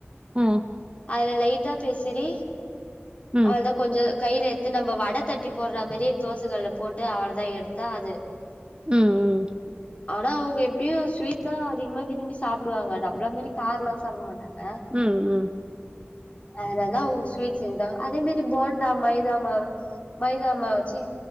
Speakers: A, on the right; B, on the left.
A: ம்,
B: அதுல லைட்டா பெசறி
A: ம்,
B: அவ்ள் தா கொஞ்சோ கைல எத்து நம்ப வட தட்டி போட்ற மாரி தோசக்கல்ல போட்டு அவ்வள தா எடுத்தா அது
A: ம் ம்
B: ஆனா அவுங்க எப்டியு ஸ்வீட் தா அதிகமா விரும்பி சாப்புடுவாங்க நம்பள மாரி காரோலா சாப்பட மாட்டாங்க
A: ம் ம்
B: அதுதா அவுங்க ஸ்வீட் செஞ்சாங்க அதே மாரி போண்டா மைதா மாவு மைதா மாவ் வெச்சி